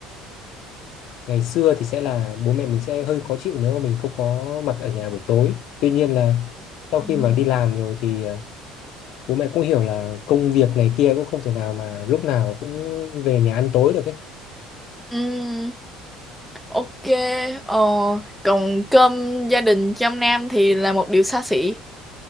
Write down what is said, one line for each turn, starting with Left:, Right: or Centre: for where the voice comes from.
Left: ngày xưa thì sẽ là bố mẹ mình sẽ hơi khó chịu nếu mà mình không có mặt ở nhà buổi tối tuy nhiên là sau
Centre: ừ.
Left: khi mà đi làm rồi thì ờ, bố mẹ cũng hiểu là công việc này kia cũng không thể nào mà lúc nào cũng về nhà ăn tối được ấy
Centre: Ừm, ok. Ờ, còn cơm gia đình trong Nam thì là một điều xa xỉ.